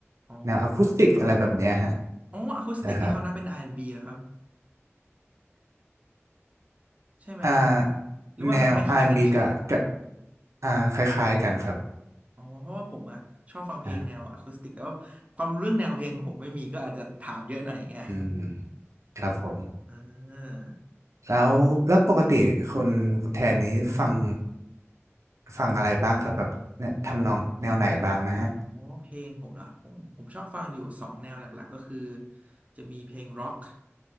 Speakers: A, on the right (about 30°); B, on the right (about 90°).
A: อ๋อ
B: แนวอะคูสติกอะไรแบบเนี้ยฮะ
A: ครับผมอ๋ออะคูสติกนี่เขานับเป็น
B: ใช่ครับ
A: R&B เหรอครับใช่ไหม
B: อ่าแนว
A: หรือว่ามันคล้ายๆกันเฉย
B: R&B กับกับอ่าคล้ายๆกันครับ
A: ๆอ๋อเพราะว่าผมอะชอบฟังเพลงแนวอะคูสติกแต่ว่าความรู้เรื่องแนวเพลงของผมไม่มีก็อาจจะถามเยอะหน่อยอย่างเงี้ย
B: ใช่อืมครับผม
A: <laughs> เออ
B: แล้วแล้วปกติคุณคุณแทนนี้ฟัง ฟังอะไรบ้างครับแบบเนี่ยทำนองแนวไหนบ้างนะฮะ
A: อ๋อเพลงผมเหรอผมผมชอบฟังอยู่สองแนวหลักๆก็คือจะมีเพลงร็อก